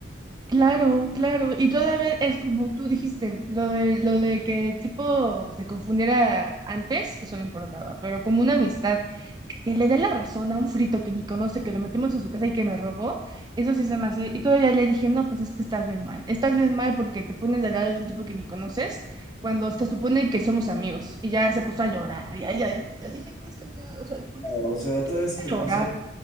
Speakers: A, on the right; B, on the left.
A: Claro, claro. Y todavía es como tú dijiste, lo de, lo de que tipo se confundiera antes, eso no importaba, pero como una amistad que le dé la razón a un frito que ni conoce, que lo metemos en su casa y que me robó, eso sí se me hace. Y todavía le dije, no, pues es que estás bien mal. Estás bien mal porque te pones del lado de un tipo que ni conoces cuando se supone que somos amigos. Y ya se puso a llorar. Y ya, ya, ya, yo dije, no, es que no, o sea, ¿por
B: No,
A: qué,
B: O sea,
A: pues, por qué
B: todavía
A: se pone
B: se te
A: a
B: puso,
A: llorar?